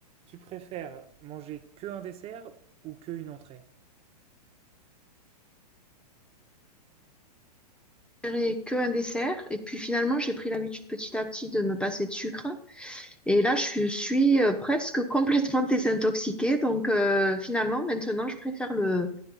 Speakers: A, on the right; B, in the centre.
A: Tu préfères manger que un dessert ou que une entrée?
B: préférais que un dessert. Et puis finalement, j'ai pris l'habitude petit à petit de me passer de sucre. Et là, je suis euh, presque <laughs> complètement désintoxiquée. Donc euh, finalement, maintenant, je préfère le,